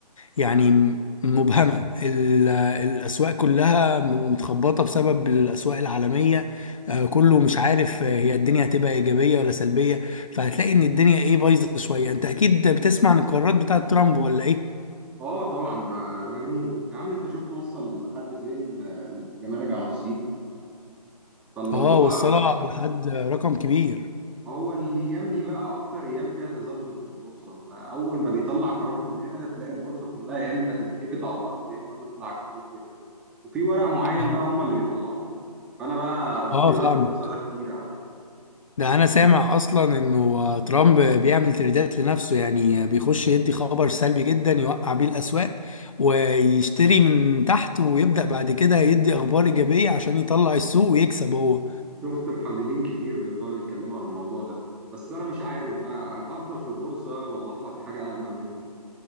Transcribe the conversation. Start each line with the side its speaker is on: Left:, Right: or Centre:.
Left: يعني م- مبهمة ال- الأسواق كلها متخبطة بسبب الأسواق العالمية آه، كله مش عارف آه، هي الدنيا هتبقى إيجابية ولا سلبية فهتلاقي إن الدنيا إيه بايظة شوية أنت أكيد بتسمع عن القرارات بتاعة ترامب ولا إيه؟
Centre: آه طبعا ده ده مجنون يا عم أنت شفت وصل لحد فين آه، الجمارك على الصين فالموضوع
Left: آه وصلها لحد رقم كبير
Centre: ما هو الايام دي بقى اكتر ايام فيها تذبذب في البورصه انت اول ما بيطلع قرار من هنا تلاقي البورصه كلها يا اما تتهبد على الارض يا اما تطلع كتير جدا وفي ورق معين
Left: آه.
Centre: بقى هم اللي بيطلعوه فانا بقى اختيار
Left: آه فاهمك
Centre: البورصه ده كتير عليا
Left: ده انا سامع اصلا انه ترامب بيعمل تريدات لنفسه يعني بيخش يدي خبر سلبي جدا يوقع بيه الاسواق ويشتري من تحت ويبدأ بعد كده يدي اخبار ايجابية عشان يطلع السوق ويكسب هو
Centre: شفت محللين كتير بيفضلوا يتكلموا عن الموضوع ده بس انا مش عارف بقى افضل في البورصه ولا اطلع في حاجه امن منها